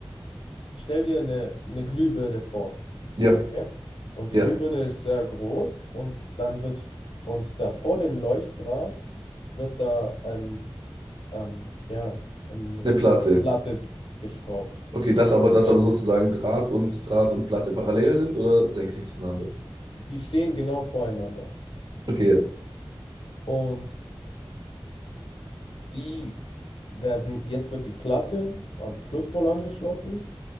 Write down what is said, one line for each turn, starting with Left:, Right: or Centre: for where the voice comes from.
Left: Stell dir eine, eine Glühbirne vor.
Right: Ja,
Left: Okay? Und die
Right: ja,
Left: Glühbirne ist sehr groß und dann wird, f- und da vor den Leuchtdraht wird da ein, ähm, ja, eine,
Right: eine Platte.
Left: eine Platte geschraubt.
Right: Okay, das aber, das
Left: Vielleicht,
Right: aber sozusagen Draht und Draht und Platte parallel sind oder senkrecht zueinander?
Left: die stehen genau voreinander.
Right: Okay, ja.
Left: Und die werden, jetzt wird die Platte an Pluspol angeschlossen